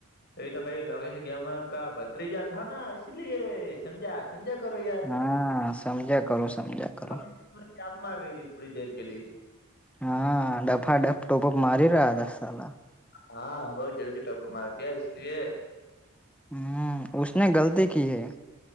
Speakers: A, on the left (about 45°); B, in the centre.
A: એતો ભાઈ લો ગેમર કા બત્રીજા થા ના ઈસી લિયે સમજા. સમજા કરો યાર.
B: હા સમજ્યા કરો સમજ્યા કરો
A: આત્મામાં ગઈ તી થોડી દેર કે લીયે.
B: હા ડફા ડફ ટોપ અપ મારી રહ્યા તા સાલા.
A: હા બહુ જલ્દી ટોપ અપ માર દીયા ઈસલીયે.
B: હમ્મ ઉસને ગલતી કી હૈ.